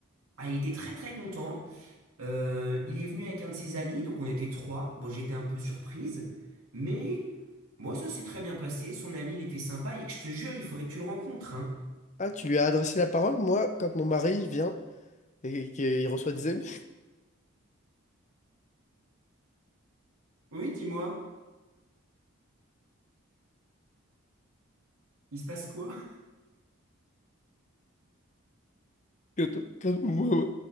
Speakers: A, on the right; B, on the left.
A: Ah, il était très très content. Euh, il est venu avec un de ses amis, donc on était trois. Bon, j'étais un peu surprise, mais moi, ça s'est très bien passé. Son ami, il était sympa. Et Je te jure, il faudrait que tu le rencontres, hein.
B: Ah, tu lui as adressé la parole? Moi, quand mon mari vient et qu'il reçoit des amis...
A: Oui, dis-moi, il se passe quoi?
B: Quand, quand moi,